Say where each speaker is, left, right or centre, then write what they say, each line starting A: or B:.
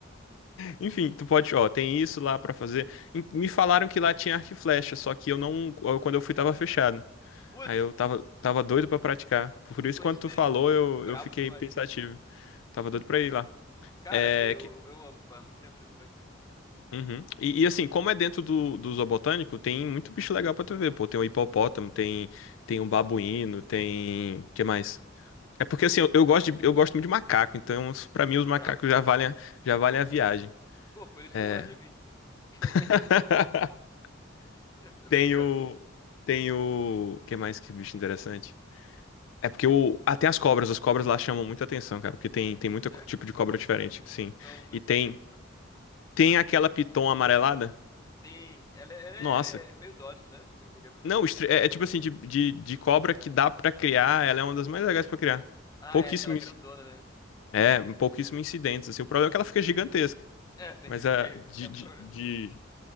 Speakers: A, on the left (about 70°); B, on the left (about 20°).
A: Enfim, tu pode, ó, tem isso lá pra fazer. Em- Me falaram que lá tinha arco e flecha, só que eu não, eu- quando eu fui tava fechado.
B: Putz,
A: Aí eu tava, tava doido pra praticar. Por
B: que coincidência.
A: isso, quando tu falou, eu,
B: Brabo
A: eu fiquei
B: demais.
A: pensativo. Tava doido pra ir lá.
B: Cara,
A: É,
B: eu,
A: que-
B: eu amo, faz muito tempo que eu não pratico.
A: uhum. E, e assim, como é dentro do, do zoobotânico, tem muito bicho legal pra tu ver, pô. Tem o hipopótamo, tem, tem um babuíno, tem... que mais? É porque assim, eu, eu gosto de- eu gosto muito de macaco, então pra mim
B: <laughs>
A: os macacos
B: Brabo.
A: já valem, a- já valem a viagem.
B: Pô, por isso
A: É.
B: tu gosta de mim. <laughs>
A: <laughs>
B: Tô
A: Tem
B: brincando.
A: o. Tem o. O que mais que bicho interessante? É porque o. Ah, tem as cobras. As cobras lá chamam muita atenção, cara. Porque tem, tem muito
B: Sério?
A: tipo de cobra diferente, sim.
B: São muito
A: E tem.
B: bonito?
A: Tem aquela piton amarelada?
B: Sim, ela, é- ela
A: Nossa.
B: é meio dócil, né? Se eu me lembro bem.
A: Não, estre- é, é tipo assim, de, de, de cobra que dá pra criar. Ela é uma das mais legais pra criar.
B: Ah,
A: Pouquíssimo.
B: é aquela grandona,
A: inci-
B: né? <laughs>
A: É, pouquíssimo incidentes, assim. O problema é que ela fica gigantesca.
B: É, tem
A: Mas
B: esse
A: a
B: pe- pequeno
A: de, de,
B: problema.
A: de,